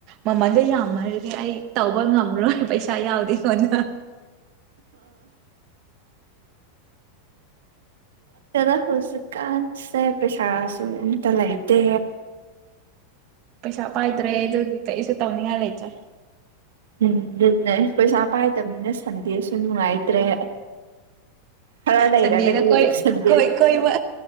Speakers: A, on the right; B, on the right.
A: ꯃꯃꯜꯗꯣ ꯌꯥꯝꯃꯔꯗꯤ ꯑꯩ ꯇꯧꯕ ꯉꯝꯃꯔꯣꯏ ꯄꯩꯁꯥ ꯌꯥꯎꯗꯦ ꯑꯩꯉꯣꯟꯅ
B: ꯈꯪꯗꯦꯗꯥ ꯍꯧꯖꯤꯛꯀꯥꯟꯁꯦ ꯄꯩꯁꯥꯁꯨ ꯑꯝꯇ ꯂꯩꯥꯏꯇꯦ
A: ꯄꯁꯥ ꯄꯥꯏꯗ꯭ꯔꯦ ꯑꯗꯨꯒꯤ ꯀꯩꯁꯨ ꯇꯧꯅꯤꯡꯉꯥꯏ ꯂꯩꯇ꯭ꯔꯦ
B: ꯎꯝ ꯑꯗꯨꯅꯦ ꯄꯩꯁꯥ ꯄꯥꯏꯗꯕꯅꯤꯅ ꯁꯟꯗꯦꯁꯨ ꯅꯨꯡꯉꯥꯏꯇ꯭ꯔꯦ ꯈꯔ ꯂꯩꯔꯒꯗꯤ
A: ꯁꯟꯗꯦꯗ ꯀꯣꯏ
B: ꯁꯟꯗꯦ
A: ꯀꯣꯏꯕ